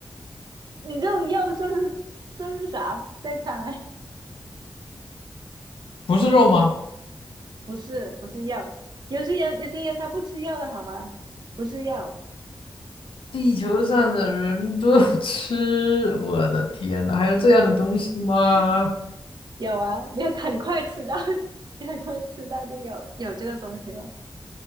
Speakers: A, on the right; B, on the left.
A: 你这种又说是说是啥？再猜，
B: 不是肉吗？
A: 不是，不是药。有些人，有些人他不吃药的好吗？不是药，
B: 地球上的人都吃，我的天呐，还有这样的东西吗？
A: 有啊，你要很快吃到，<laughs> 你很快吃到就有有这个东西了。